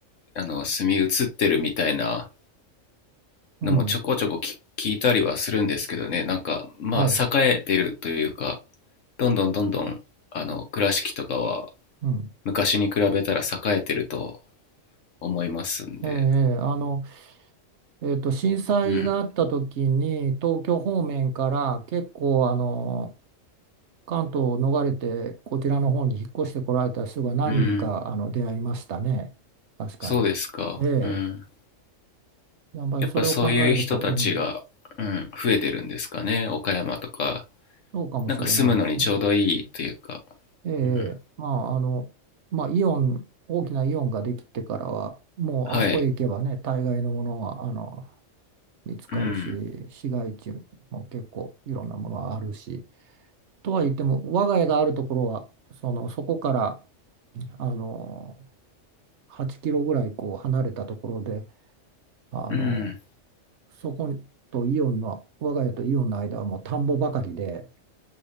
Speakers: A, on the left; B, on the right.
A: あの住み移ってるみたいな
B: うん、
A: のもちょこちょこき聞いたりはするんですけどね。なんかまあ栄えてるというか、
B: はい、
A: どんどんどんどんあの倉敷とかは
B: うん。
A: 昔に比べたら栄えてると思いますんで。
B: ええ、ええあのえっと、震災があった時に東京方面から結構あの
A: うん。
B: 関東を逃れてこちらの方に引っ越してこられた人が何人かあの出会いましたね。
A: うん。
B: 確かに。
A: そうですか。
B: え
A: うん。
B: え。やっぱりそれを考えると、
A: やっぱそういう人たちが、
B: うん、
A: うん、増えてるんですかね。岡山とか。
B: そうかもしれないですね。
A: なんか住むのにちょうどいいというか。
B: ええ。
A: うん
B: まあ、あの、まあ、イオン、大きなイオンができてからは、もうあそこへ行けばね、
A: はい。
B: 大概のものはあの見つかるし、
A: うん。
B: 市街地も結構いろんなものはあるし。とは言っても、我が家があるところは、その、そこから、あの、8キロぐらいこう離れたところで、あの、
A: うん。
B: そことイオンの、我が家とイオンの間はもう田んぼばかりで、